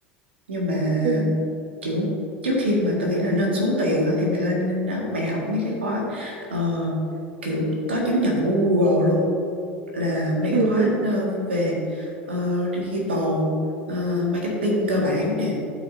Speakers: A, on the right; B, on the right.
A: nhưng mà
B: ừ
A: kiểu trước khi mà tôi nghĩ là nên xuống tiền á thì mày lên lên đó mày học mấy cái khóa ờ, kiểu có chứng nhận của Google luôn là mấy
B: ừ
A: cái khóa
B: ừ
A: ờ, về ờ, digital ờ, marketing cơ bản nè